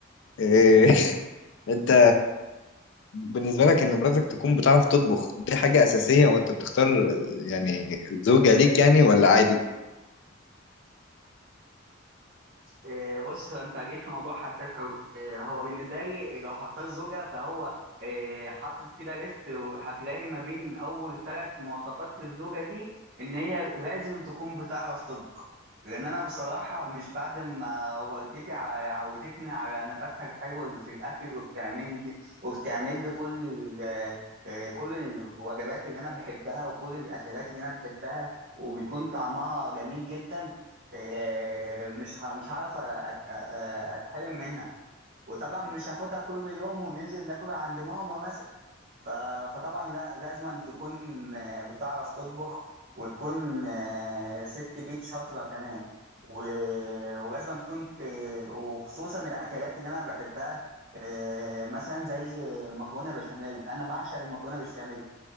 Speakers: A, on the left; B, on the right.
A: <laughs> إيه، أنت بالنسبة لك إن مراتك تكون بتعرف تطبخ دي حاجة أساسية وأنت بتختار يعني زوجة ليك يعني ولا عادي؟
B: إيه، بص انت جيت في موضوع حساس قوي إيه، هو بالنسبه لي لو هختار زوجه فهو إيه، حاطط كده ليست وهتلاقي ما بين اول ثلاث مواصفات للزوجه دي ان هي لازم تكون بتعرف تطبخ لان انا بصراحه مش بعد ما والدتي ع- عودتني على نفسها الحلو اللي في الاكل وبتعمل لي وبتعمل لي كل ال- إيه، كل الوجبات اللي انا بحبها وكل الاكلات اللي انا بحبها وبيكون طعمها جميل جدا آه، مش ه- مش هعرف أ- أ- أ- اتحرم منها وطبعا مش هاخدها كل يوم وننزل ناكل عند ماما مثلا ف- فطبعا لا- لازم تكون آه، بتعرف تطبخ وتكون آه، ست بيت شاطرة كمان و- ولازم تكون ت- وخصوصا الأكلات اللي أنا بحبها آه، مثلا زي مكرونة بشاميل أنا بعشق المكرونة بالبشاميل